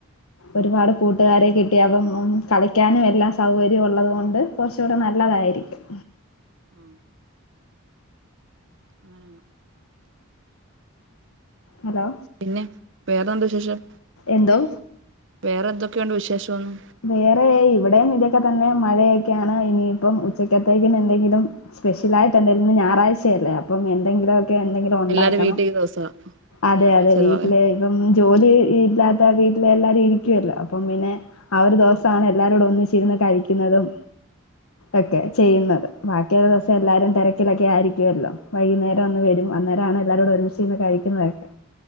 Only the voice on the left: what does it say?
ഒരുപാട് കൂട്ട്കാരെ കിട്ടി അപ്പം കളിക്കാനും എല്ലാം സൗകര്യും ഉള്ളത് കൊണ്ട് കൊർച്ച്കൂടെ നല്ലതായിരിക്കും
ഹലോ
എന്തോ?
വേറെ ഇവടെം ഇതൊക്കെ തന്നെ മഴയൊക്കെയാണ് ഇനിയിപ്പം ഉച്ചക്കത്തേക്കിന് എന്തെങ്കിലും സ്പെഷ്യലായിട്ട് എന്തെങ്കിലും ഞായറാഴ്ച അല്ലെ അപ്പ എന്തെങ്കിലും ക്കെ എന്തെങ്കിലും ഉണ്ടാക്കണം
അതെ
അതെ വീട്ടിൽ
ഇപ്പം ജോലി ഇല്ലാത്തെ വീട്ടിലെ എല്ലാരും ഇരിക്കുവല്ലോ അപ്പം പിന്നെ ആ ഒരു ദുവസാണ് എല്ലാരുടെ ഒന്നിച്ചിരുന്ന് കഴിക്കുന്നതും ഒക്കെ ചെയ്യ്ന്നെത് ബാക്കിയുള്ള ദുവസം എല്ലാരും തെരക്കിലൊക്കെ ക്കെ ആയിരിക്കുവല്ലോ വൈകുന്നേരം ഒന്ന് വെരും അന്നേരം ആണ് എല്ലാരുടെ ഒരുമിച്ച് നിന്ന് കഴിക്കുന്നെത് ഒക്കെ